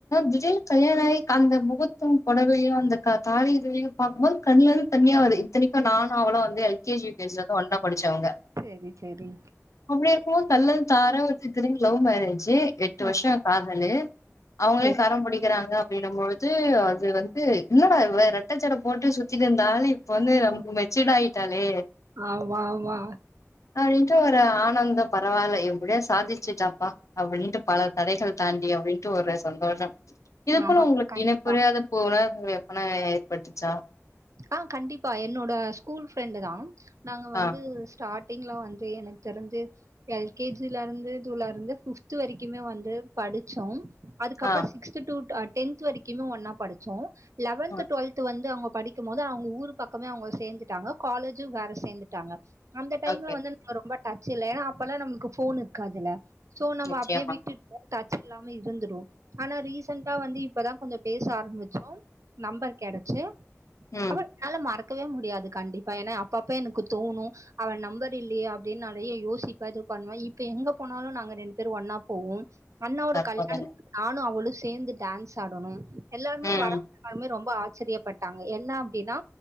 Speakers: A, on the left (about 75°); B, on the right (about 70°).
A: திடீல் கல்யண ஆகி அந்த முகத்து பொடவயு அந்த தாலி இதுவயு பாக்கும்போது கண்ல இருந்து தண்ணியா வருது இத்தனைக்கு நானு அவளோ வந் எல்கேஜி யுகேஜிலருந்து ஒன்னாபடிச்சவங்க
B: சரி சரி
A: அப்டி இருக்கும்போது கல்ல தார இத்தனைக்கு லவ் மேரேஜ் எட்டு
B: ஆ,
A: வருஷோ காதலு அவுங்களே
B: சரி
A: கரம் புடிக்கிறாங்க அப்டினபொழுது வந்து என்னடா இவ ரெட்ட ஜட போட்டு சுத்தி இருந்தாலு இப்ப வந்து ரொம்ப மெச்சூட் ஆயிட்டாலே
B: ஆமா ஆமா
A: என்ற ஒரு ஆனந்த பரவாயில்ல எப்டியோ சாதிச்சுட்டாப்பா அப்டின்ட்டு பல தடைகள் தாண்டி அப்டின்ட்டு ஒரு சந்தோஷம் இது
B: ஆமா
A: போல ஒங்ளுக்கு
B: கண்டிப்பா
A: இன புரியாது போல வேப்பன ஏற்பட்டச்சா
B: ஆஹ் கண்டிப்பா என்னோட ஸ்கூல் ஃப்ரெண்டு் தா நாங்க
A: ஆ
B: வந்து ஸ்டார்ட் வந்து எனக்கு தெரிந்து எல்கேஜில இருந்து இதுல இருந்து பிப்து வரைக்குமே வந்து படிச்சோம் அதுக்கப்றோ
A: ஆ
B: சிக்ஸ்து டூ டென்த் வரைக்குமே ஒன்னா படிச்சோ லெவன்து
A: ஆ
B: டுவெல்து வந்து அங்க இருக்கும் போது அவங்க ஊரு பக்கமே அவங்க சேந்துட்டாங்க காலேஜு வேற சேந்துட்டாங்க அந்த டைம்ல
A: ஓகே
B: வந்து நா ரொம்ப டச் இல்ல ஏனா அப்பெல்லா நம்ளுக்கு ஃபோன் இருக்காதுல்ல சோ நம்ப
A: நிச்சயமா
B: அப்டியே விட்டுட் <inaudible> இல்லாம இருந்துடு ஆனா ரீசன்டா வந்து இப்பதா கொஞ்சோ பேச ஆரம்பிச்சோம் நம்பர் கெடச்சி
A: ம்
B: அவள் உன்னால மறக்கவே முடியாது கண்டிப்பா ஏனா அப்பப்ப எனக்கு தோனு அவ நம்பர் இல்லையே அப்டின்னு நெறையா யோசிப்பே இது பண்வே இப்ப எங்க போனாலு நாங்க ரெண்டு பேரு ஒன்னா போவோம் அண்ணாவோட
A: அற்புதங்க
B: கல்யாணத்துக்கு நானு அவளு சேந்து டான்ஸ் ஆடனும் எல்லாருமே
A: ம்
B: வரவங்க எல்லாருமே ரொம்ப ஆச் ச்சரியப்பட் டாங்க என்ன அப்டின்னா